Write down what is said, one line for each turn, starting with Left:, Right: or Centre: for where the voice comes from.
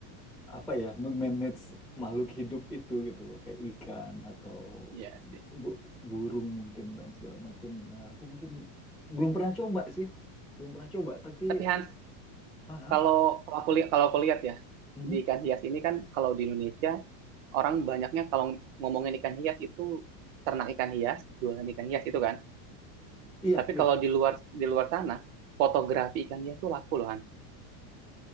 Centre: apa ya memanage makhluk hidup itu gitu loh kayak ikan atau
Right: ya sih.
Centre: bu- burung mungkin dan segala macamnya. Aku mungkin belum pernah coba sih, belum pernah coba tapi
Right: Tapi Hans,
Centre: ah,
Right: kalau
Centre: ah,
Right: kalau aku lihat kalau aku lihat ya
Centre: mhm.
Right: di ikan hias ini kan kalau di Indonesia orang banyaknya kalau ngomongin ikan hias itu ternak ikan hias, jualan ikan hias itu kan.
Centre: Iya
Right: Tapi
Centre: iya,
Right: kalau di luar di luar sana fotografi ikan hias tuh laku loh Hans.